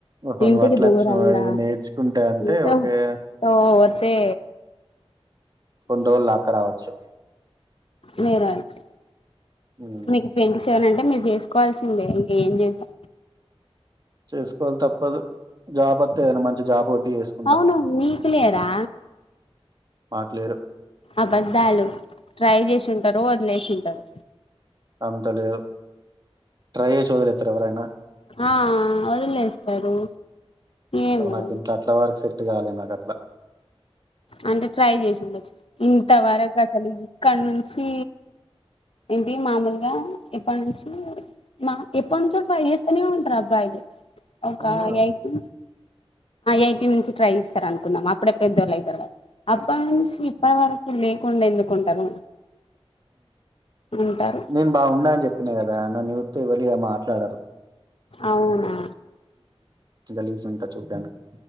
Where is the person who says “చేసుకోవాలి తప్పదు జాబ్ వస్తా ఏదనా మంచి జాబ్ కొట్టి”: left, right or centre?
Right